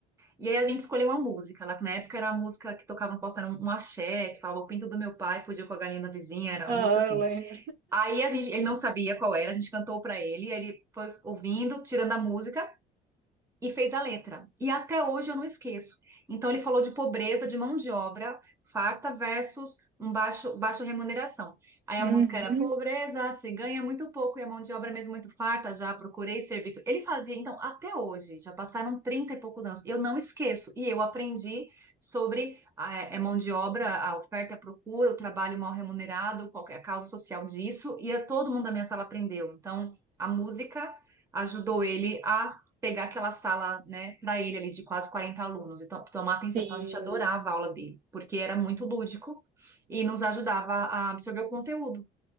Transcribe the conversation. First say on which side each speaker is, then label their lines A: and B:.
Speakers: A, on the right; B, on the right.
A: E aí a gente escolheu uma música. Lá que na época era a música que tocava no posto, era um um axé, que falava o pinto do meu pai fugiu com a galinha da vizinha, era
B: Ah,
A: uma música assim.
B: eu lembro.
A: Aí a gente, ele não sabia qual era, a gente cantou pra ele, aí ele foi ouvindo, tirando a música e fez a letra. E até hoje eu não esqueço. Então ele falou de pobreza de mão de obra farta versus um baixo baixa remuneração. Aí
B: Uhum.
A: a música era pobreza, se ganha muito pouco e a mão de obra mesmo muito farta, já procurei serviço. Ele fazia, então, até hoje, já passaram 30 e poucos anos. Eu não esqueço e eu aprendi sobre a, é, é mão de obra, a oferta e a procura, o trabalho mal remunerado, qualquer causa social disso, e é, todo mundo da minha sala aprendeu. Então, a música ajudou ele a pegar aquela sala, né, para ele ali de quase 40 alunos e to- tomar atenção.
B: Sim,
A: Então a gente adorava a aula dele, porque era muito lúdico e nos ajudava a absorver o conteúdo.